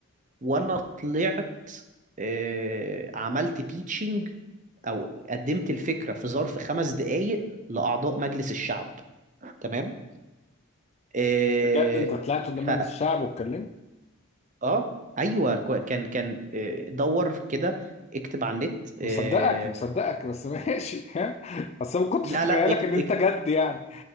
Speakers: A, on the right (about 35°); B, on the left (about 30°).
A: وانا طلعت آه، عملت تيتشنج او قدمت الفكره في ظرف خمس دقائق لاعضاء مجلس الشعب تمام آه،
B: طب بجد انت طلعت قدام
A: ف
B: مجلس الشعب واتكلمت
A: اه ايوه كو- كان كان آه، دور كده اكتب على النت آه،
B: مصدقك مصدقك بس ماشي <laughs> ها بس أنا ما كنتش
A: لا
B: متخيلك
A: لا اكت
B: ان انت
A: اكت
B: جد يعني